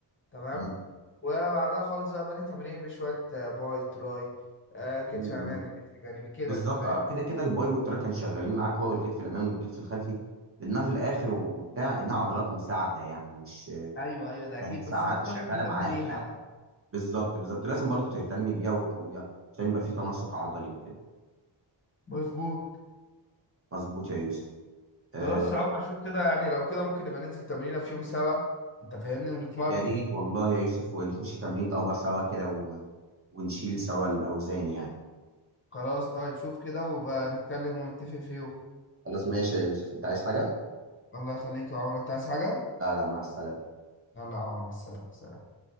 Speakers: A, on the left (about 25°); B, on the right (about 30°).
A: تمام
B: مم.
A: وبعدها خالص بقى بني تمرين بشوية آه، باي تراي آه، كتف
B: مم.
A: امامي
B: مم.
A: كتف جانبي كده
B: بالظبط
A: انت فاهم
B: آه، كده كده الباي والتراي كانوا شغالين معاك هو الكتف الامامي والكتف الخلفي لانها في الاخر وبتاع انها عضلات مساعده يعني مش
A: ايوه ايوه ده اكيد
B: كانت ساعة
A: بس برضه
B: شغاله
A: لازم تهتم
B: معاك
A: بيها
B: يعني
A: يعني
B: بالظبط بالظبط لازم برضو تهتمي بيها وتقويها عشان يبقى في تناسق عضلي وكده
A: مظبوط
B: مظبوط يا يوسف آه
A: خلاص يا عمر شوف كده يعني لو كده ممكن نبقى ننزل تمرينة في يوم سوا انت فاهمني ونتمرن
B: يا ريت والله يا يوسف ونخش تمرين ابر سوا كده و... ونشيل سوا الاوزان يعني
A: خلاص طيب شوف كده وبقى نتكلم ونتفق في يوم
B: خلاص ماشي يا يوسف انت عايز حاجه
A: الله يخليك يا عمر انت عايز حاجة؟
B: لا لا مع السلامه
A: يلا يا عمر مع السلامة سلام